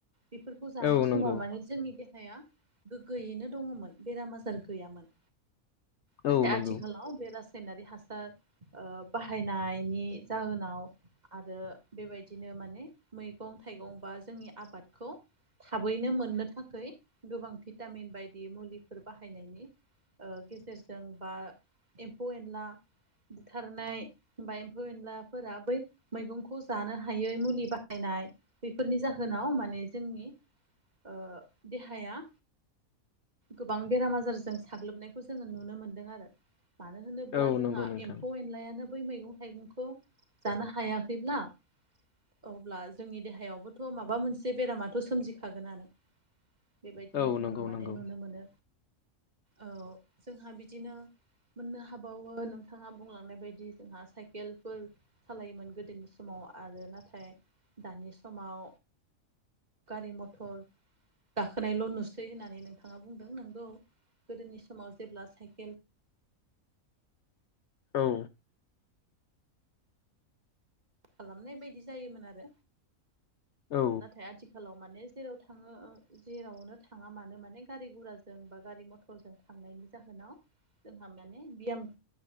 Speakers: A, on the right; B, on the left.
A: बेफोरखौ जानाय
B: औ
A: समाव
B: नंगौ
A: माने जोंनि देहाया गोग्गोयैनो दङमोन बेराम आजार गैयामोन नाथाय
B: औ
A: आथिखालाव
B: नंगौ
A: बे रासायनारि हासार बाहायनायनि जाहोनाव आरो बेबायदिनो माने मैगं थाइगं बा जोंनि आबादखौ थाबैनो मोननो थाखाय गोबां भिटामिन बायदि मुलिफोर बाहायनायनि गेजेरजों बा एमफौ एनला बुथारनाय ओ एमफौ एनलाफोरा बै मैगंखौ जानो हायै मुलि बाहायनाय बेफोरनि जाहोनाव माने जोंनि ओ देहाया गोबां बेराम आजारजों साग्लोबनायखौ जोङो नुनो मोनदों आरो मानो होनोब्ला
B: औ
A: जोंहा
B: नंगौ नोंथां
A: एमफौ एनलायानो बै मैगं थाइगंखौ जानो हायाखैब्ला अब्ला जोंनि देहायावबोथ' माबा मोनसे बेरामाथ' सोमजिखागोनानो बेबायदिनो
B: औ
A: जोङो
B: नंगौ
A: माने
B: नंगौ
A: नुनो मोनो औ जोंहा बिदिनो मोननो हाबावो नोंथाङा बुंलांनाय बायदि जोंहा साइकेलफोर सालायोमोन गोदोनि समाव आरो नाथाय दानि समाव गारि मथर गाखोनायल' नुसै होननानै नोंथाङा बुंदों नोंगौ गोदोनि समाव जेब्ला साइकेल
B: औ
A: खालामनाय बायदि जायोमोन आरो
B: औ
A: नाथाय आथिखाल आथिखालाव माने जेराव थाङो जेरावनो थाङा मानो माने गारि गुराजों बा गारि मथर सायकेल <unintelligible> जों थांनायनि जाहोनाव जोंहा माने बियाम